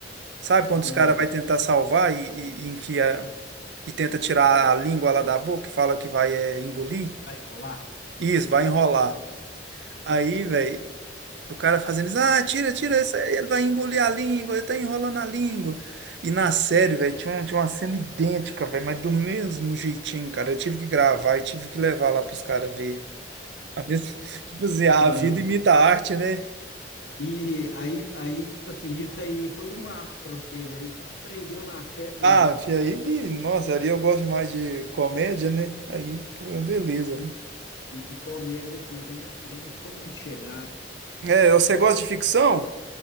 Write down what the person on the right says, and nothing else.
Sabe quando
os caras vai tentar salvar e, e, e enfia
e tenta tirar a língua lá da boca, e fala que vai é, engolir.
Isso, vai enrolar.
Aí, velho, o cara fazendo isso, ah, tira, tira, isso aí, ele vai engolir a língua, ele tá enrolando a língua. E na série, velho, tinha, um- tinha uma cena idêntica, velho, mas do mesmo jeitinho, cara. Eu tive que gravar e tive que levar lá pros caras ver. A mesma, <laughs> tipo assim, a
vida imita a arte, né?
Ah, e aí que, nossa, ali eu gosto mais de comédia, né? Aí, pô, beleza.
velho.
É, você gosta de ficção?